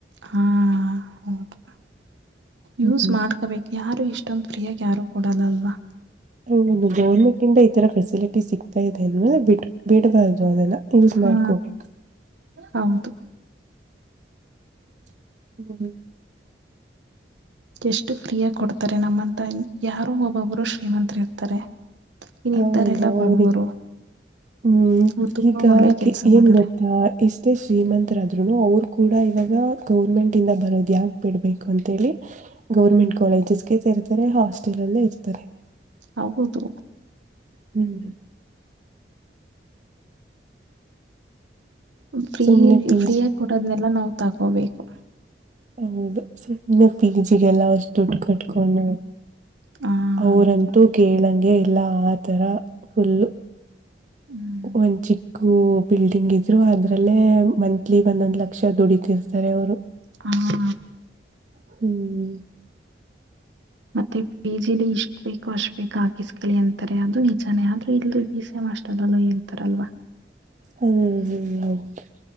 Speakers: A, on the right; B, on the right.
A: ಹಾ ಹೌದು ಯೂಸ್
B: ಹ್ಮ್ ಹ್ಮ್
A: ಮಾಡ್ಕೋಬೇಕು ಯಾರು ಇಷ್ಟ ಇಷ್ಟೊಂದಂದು ಫ್ರಿಯಾಗಿ ಯಾರು ಕೊಡೋಲ್ಲ ಅಲ್ವಾ
B: ಹ ಗೌರ್ಮೆಂಟ್ ಇಂದ ಈ ತರ ಫೆಸಿಲಿಟಿ ಸಿಗ್ತಾ ಇದೆ ಅಲ್ವಾ ಬಿಟ್ ಬಿಡ್ಬಾರ್ದು ಅದೆಲ್ಲ ಯೂಸ್
A: ಹಾ
B: ಮಾಡ್ಕೋಬೇಕು
A: ಹೌದು
B: <inaudible>
A: ಎಷ್ಟು ಫ್ರೀ ಆಗ ಕೊಡ್ತಾರೆ ನಮ್ಮಂತ ಯಾರೋ ಒಬ್ಬೊಬ್ರು ಶ್ರೀಮಂತರಿ ಇರ್ತಾರೆ ಇನ್ ಇದ್ದಾರೆಲ್ಲಾ
B: ಹೌದು
A: ಬಡವರು
B: ಅವರಿಗೆ ಹ್ಮ್
A: ಅವ್ರು ತುಂಬಾ
B: ಈಗ
A: ಒಳ್ಳೆ ಕೆಲ್ಸ
B: ಏನ್
A: ಮಾಡಾರೆ
B: ಗೊತ್ತಾ ಇಷ್ಟೇ ಶ್ರೀಮಂತರಾದ್ರುನು ಅವ್ರ ಕೂಡ ಇವಾಗ ಗೌರ್ಮೆಂಟ್ ಇಂದ ಬರೋದು ಯಾಕೆ ಬಿಡ್ಬೇಕು ಅಂತೇಳಿ ಗೌರ್ಮೆಂಟ್ ಕಾಲೇಜಸ್ಗೆ ಹಾಸ್ಟೆಲ್ ಅಲ್ಲೇ ಇರ್ತಾರೆ
A: ಹೌದು
B: ಹ್ಮ್್ಮ
A: ಫ್ರೀ
B: ಸುಮ್ನೆ ಪಿ
A: ಫ್ರೀಯಾಗಿ
B: ಜಿ
A: ಕೊಡೋದ್ನೆೆಲ್ಲ ನಾವು ತಗೋಬೇಕು
B: ಹೌದು ಸುಮ್ನೆ ಪಿಜಿಗೆಲ್ಲ ಅಷ್ಟು ದುಡ್ ಕಟ್ಕೊಂಡ
A: ಹ
B: ಅವರಂತೂ
A: ಹೌದು
B: ಕೇಳಂಗೆ ಇಲ್ಲ ಆತರ ಫುಲ್ಲು
A: ಹ್ಮ್
B: ಒಂದು ಚಿಕ್ಕ ಬಿಲ್ಡಿಂಗ್ ಇ ಇದ್ರು ಅದ್ರಲ್ಲೇ ಮಂತ್ಲಿ ಒಂದೊಂದ್ ಲಕ್ಷ ದುಡತಿರ್ತಾರೆ ಅವ್ರು
A: ಹಾ ಹಾ
B: ಹ್ಮ್
A: ಮತ್ತೆ ಪಿಜಿಲಿ ಇಷ್ಟ ಬೇಕು ಅಷ್ಟ ಬೇಕ ಹಾಕಿಸ್ಕಲಿ ಎಂತಾರೆ ಅದು ನಿಜಾನೇ ಆದ್ರೆ ಇಲ್ದು ಬಿ ಸಿ ಏಮ್ ಹಾಸ್ಟೆಲ್ <unintelligible> ಇರ್ತಾರಲ್ವ
B: <unintelligible>